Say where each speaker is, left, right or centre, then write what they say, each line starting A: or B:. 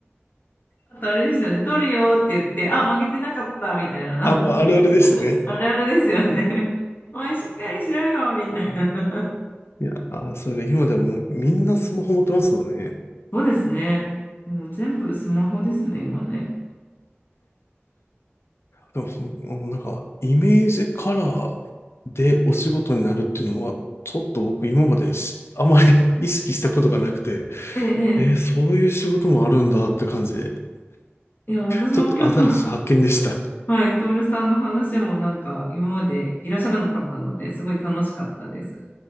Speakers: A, on the left; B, on the left.
A: あとあれですよね、撮るよって言って、あ、負けてなかったみたいな。
B: あ、もうあるあるでしたね。
A: あるあるですよね。<laughs> お前しっかりしろよ、みたいな。
B: いやー、それが今でもみんなスマホ持ってますもんね。
A: そうですね。もう全部スマホですね、今ね。
B: でもその、もうなんか、イメージカラーでお仕事になるっていうのは、ちょっと僕今までしあまり <laughs> 意識したことがなくて、
A: ええ、え
B: えーそういう仕事もあるんだって感じで
A: え。いや、私も今日と、
B: ちょっと新しい発見でした。
A: <laughs> はい、トールさんの話もなんか今までいらっしゃらなかったので、すごい楽しかったです。